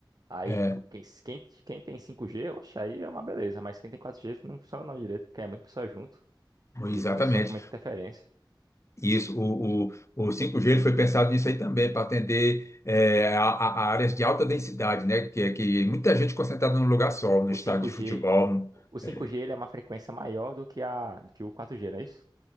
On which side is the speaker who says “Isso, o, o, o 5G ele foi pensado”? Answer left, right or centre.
Left